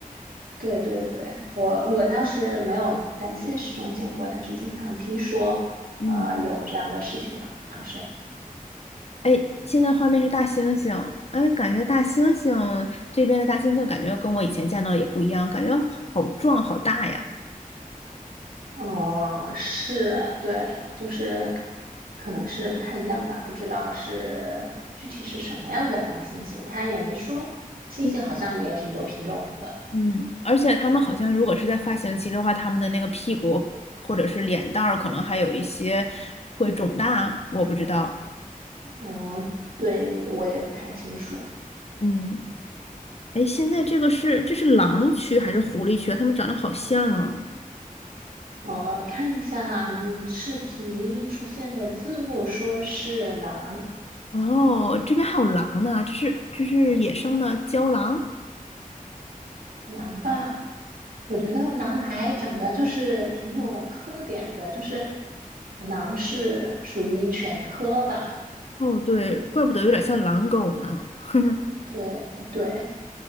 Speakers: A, on the right; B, on the left.
A: 对对对，我我倒是没有在现实中见过，但是经常听说啊、
B: 嗯，
A: 呃有这样的事情发生。
B: 哎，现在画面是大猩猩，哎，感觉大猩猩这边的大猩猩感觉跟我以前见到的也不一样，感觉好壮好大呀。
A: 哦，是，对，就是可能是不太一样吧，不知道是具体是什么样的大猩猩，他也没说。猩猩好像也挺多品种的，
B: 嗯嗯，而且他们好像如果是在发情期的话，他们的那个屁股或者是脸蛋儿可能还有一些会肿大，我不知道。
A: 嗯，对，我也不太清楚。
B: 嗯。哎，现在这个是这是狼区还是狐狸区啊？它们长得好像啊。
A: 我看一下，嗯，视频出现的字幕说是狼，
B: 哦，这边还有狼呢，这是这是野生的郊狼。
A: 狼吧，我觉得狼还长得就是挺有特点的，就是狼是属于犬科吧，
B: 哦，对，怪不得有点像狼狗呢。<laughs>
A: 对对。